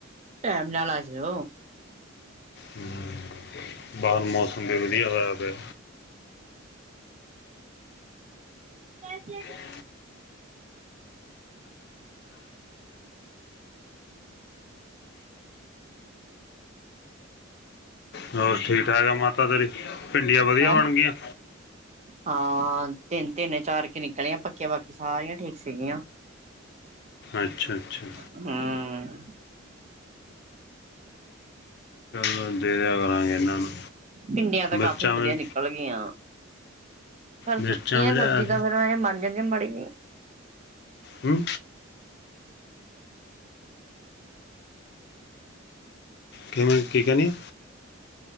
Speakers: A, on the right; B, on the left.
A: ਟੈਮ ਨਾਲ ਆਜੇਓ।
B: ਹਂ, ਬਾਰ ਮੌਸਮ ਵੀ ਵਧੀਆ ਹੋਆ ਪਿਆ।
A: ਕੈਸੇ
B: <inaudible> <inaudible> <inaudible> ਹੋਰ ਠੀਕ-ਠਾਕ ਆ ਮਾਤਾ ਤੇਰੀ, ਭਿੰਡੀਆਂ ਵਧੀਆ
A: ਹੈਂ
B: ਬਣ ਗਈਆਂ।
A: ਹਾਂ, ਤਿੰਨ-ਤਿੰਨ, ਚਾਰ ਕੇ ਨਿਕਲੀਆਂ ਪੱਕੀਆਂ, ਬਾਕੀ ਸਾਰੀਆਂ ਠੀਕ ਸੀਗੀਆਂ।
B: ਅੱਛਾ, ਅੱਛਾ।
A: ਹਂ
B: ਨੂੰ ਦੇ ਦਿਆ ਕਰਾਂਗੇ ਏਨਾਂ ਨੂੰ
A: ਪਿੰਡੀਆਂ ਤੇ ਕਾਫੀ
B: ਮਿਰਚਾਂ ਵੀ
A: ਵਧੀਆ ਨਿਕਲ ਗਈਆਂ। ਫਿਰ ਸੁੱਕੀ
B: ਮਿਰਚਾਂ
A: ਆਂ
B: ਵੀ ਲਿਆ
A: ਸਬਜ਼ੀ ਤਾਂ, ਫੇਰਂ ਏਂ ਮੰਨ ਜਾਂਦੀ ਆ ਮਾੜੀ ਜੀ
B: ਹਂ? ਕਿਵੇਂ, ਕੀ ਕੈਣੀ ਏਂ?